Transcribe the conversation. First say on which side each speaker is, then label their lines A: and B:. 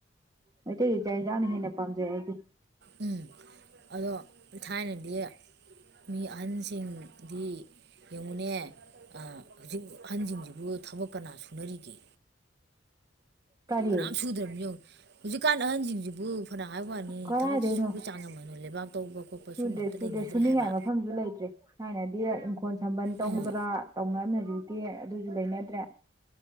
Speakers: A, on the right (about 20°); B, on the right (about 60°).
A: ꯃꯩꯇꯩ ꯒꯤ ꯆꯥꯛ ꯌꯦꯟꯁꯥꯡꯅ ꯍꯦꯟꯅ ꯄꯥꯝꯖꯩ ꯑꯩꯗꯤ
B: ꯎꯝ ꯑꯗꯣ ꯊꯥꯏꯅꯗꯤ ꯃꯤ ꯑꯍꯟꯁꯤꯡ ꯗꯤ ꯌꯦꯡꯉꯨꯅꯦ ꯍꯧꯖꯤꯛ ꯑꯍꯟꯁꯤꯡꯁꯤꯕꯨ ꯊꯕꯛ ꯀꯅꯥ ꯁꯨ ꯁꯨꯅꯔꯤꯒꯦ
A: ꯀꯔꯤ
B: ꯀꯅꯥꯝ ꯁꯨꯗ꯭ꯔꯕꯅꯤ ꯌꯦꯡꯉꯣ ꯍꯧꯖꯤꯛꯀꯥꯟ ꯑꯍꯟꯁꯤꯡꯁꯤꯕꯨ ꯐꯅ ꯍꯥꯏꯕꯩ ꯋꯥꯅꯤ
A: ꯀꯔꯥꯏꯗꯩꯅꯣ
B: ꯊꯕꯛ ꯁꯨꯕ ꯆꯥꯡ <unintelligible> ꯂꯩꯕꯥꯛ ꯇꯧꯕ ꯈꯣꯠꯄ
A: ꯁꯨꯗ꯭ꯔꯦ
B: ꯁꯨꯝꯕ ꯑꯝꯇ
A: ꯁꯨꯗ꯭ꯔꯦ
B: ꯂꯩꯅꯗ꯭ꯔꯦ
A: ꯁꯨꯅꯤꯡꯉꯥꯏ
B: ꯍꯥꯏꯕ
A: ꯃꯐꯝꯁꯨ ꯂꯩꯇ꯭ꯔꯦ ꯊꯥꯏꯅꯗꯤ ꯏꯪꯈꯣꯜ ꯁꯝꯕꯟ ꯇꯧꯗꯅꯥ
B: ꯎꯝ
A: ꯇꯧꯅꯔ ꯂꯩ ꯑꯗꯨꯁꯨ ꯂꯩꯅꯗ꯭ꯔꯦ